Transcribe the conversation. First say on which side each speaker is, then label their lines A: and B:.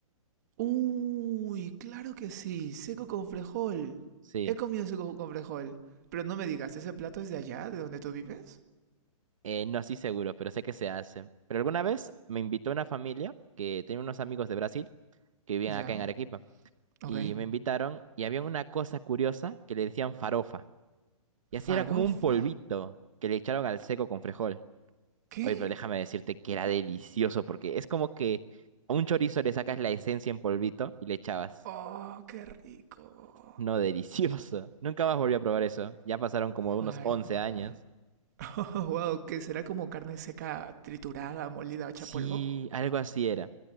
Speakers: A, on the right; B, on the right.
A: Uy, claro que sí, seco con frejol.
B: Sí.
A: He comido seco con frejol. Pero no me digas, ¿ese plato es de allá, de donde tú vives?
B: Eh, no estoy seguro, pero sé que se hace. Pero alguna vez me invitó una familia que tenía unos amigos de Brasil que vivían
A: Ya,
B: acá en Arequipa.
A: ok.
B: Y me invitaron y había una cosa curiosa que le decían farofa. Y así
A: Farofa.
B: era como un polvito que le echaron al seco con frijol.
A: ¿Qué?
B: Oye, pero déjame decirte que era delicioso porque es como que a un chorizo le sacas la esencia en polvito y le echabas.
A: Oh, qué rico.
B: No, delicioso. <laughs> Nunca más volví a probar eso. Ya pasaron como unos
A: Farofa.
B: 11 años.
A: <laughs> Oh, wow, que será como carne seca triturada, molida, hecha
B: Sí,
A: polvo.
B: algo así era.